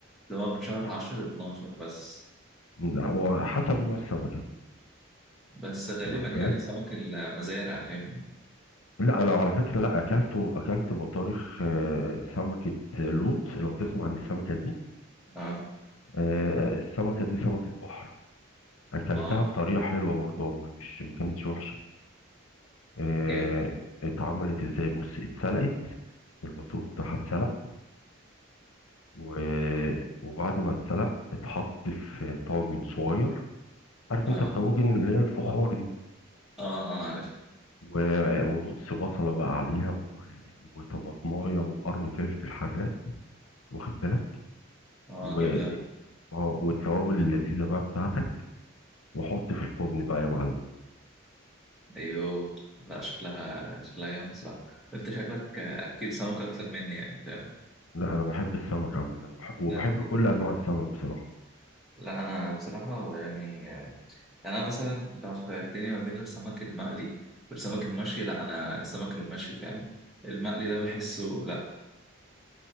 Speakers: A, in the centre; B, on the left.
A: اللي هو من شهر 10 ل 12 بس
B: لا، هو حسب نوع السمكة
A: بس غالبا
B: واخد
A: يعني
B: بالك
A: سمك المزارع فاهمني
B: لا لو على فكرة لا أكلته أكلت بطارخ آه، سمكة لوط لو تسمع عن السمكة دي
A: اه
B: آه، السمكة دي سمكة بحر أكلتها
A: اه
B: بطريقة حلوة برضه والله مش ما كانتش وحشة آه،
A: جامد
B: اتعملت إزاي بص اتسلقت البطروخ بتاعها اتسلق و- وبعد ما اتسلق اتحط في طاجن صغير عارف انت
A: اه
B: الطواجن اللي هي الفخار دي
A: اه اه عارف
B: و- ونص بصلة بقى عليها و- وطماطماية وقرن فلفل حراق واخد بالك
A: اه
B: و...
A: جامد أوي.
B: اه والتوابل اللذيذة بقى بتاعتك وحط في الفرن بقى يا معلم
A: ايوه لا شكلها شكلها جامد بصراحة انت شكلك اكل سمك اكتر مني يعني فاهم
B: لا انا بحب السمك عامة بح... وبحب
A: يعني-
B: كل انواع السمك بصراحة
A: لا انا بصراحة يعني انا مثلا انت لو خيرتني ما بين السمك المقلي والسمك المشوي لا انا السمك المشوي فاهم المقلي ده بحسه لا